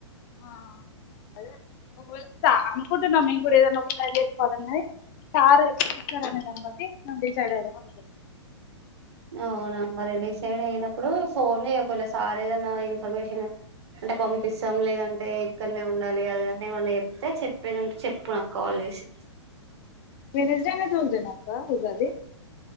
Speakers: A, on the left; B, on the right.
A: ఆ అదే ఒకవేళ స అనుకుంటున్నాం మేము కూడా ఏదన్నా ఒకటి ట్రై చేసుకోవాలన్న సార్ ఎప్పుడిస్తారు అనే దాన్ని బట్టి మేము డిసైడ్ అయిదాము అని అనుకు
B: అవునా మరి డిసైడ్ అయినప్పుడు ఫోన్ కూడా ఎతలే సార్ ఏదన్నా ఇన్ఫర్మేషన్ అంటే పంపిస్తాం లేదంటే ఇక్కడనే ఉండాలి అద అన్న ఏమన్నా చెప్తే చెప్పేదింటే చెప్పు నాకు కాల్ చేసి
A: వెడ్నెస్డే నా ట్యూస్డే నా అక్క ఉగాది